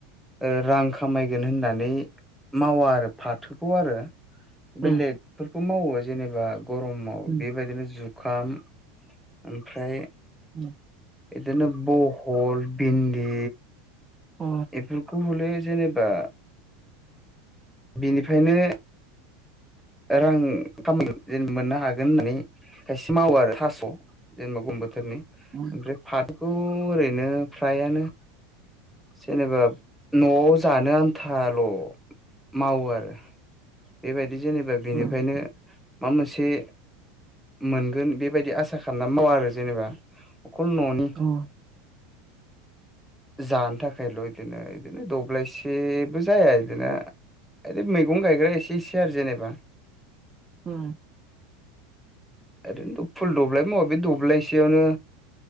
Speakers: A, in the centre; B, on the right.
A: ओ रां खामायगोन होननानै मावा आरो फाथोखौ आरो
B: उम
A: बेलेगफोरखौ मावो जेनेबा गरमाव
B: उम
A: बेबायदिनो जुखाम ओमफ्राय
B: उम
A: बिदिनो बहल भिन्दि
B: अ
A: एफोरखौ हले जेनेबा बिनिफ्रायनो रां खामाय जेन मोननो हागोन होननानै खायसे मावो आरो थास' जेनेबा गम बोथोरनि
B: उम
A: ओमफ्राय फाथ थोखौ ओरैनो फ्रायानो जेनेबा न'आव जानो आन्थाल' मावो आरो बेबायदि जेनेबा बिनिफ्रायनो
B: उम
A: मा मोनसे मोनगोन बेबायदि आसा खालामना मावा आरो जेनेबा अखल न'नि
B: अ <inaudible>
A: जानो थाखायल' बिदिनो बिदिनो दब्लायसेबो जाया बिदिनो मैगं गायग्रा एसे इसो आरो जेनेबा
B: उम
A: ओरैनोथ' फुल दब्लाय मावा बे दब्लायसेयावनो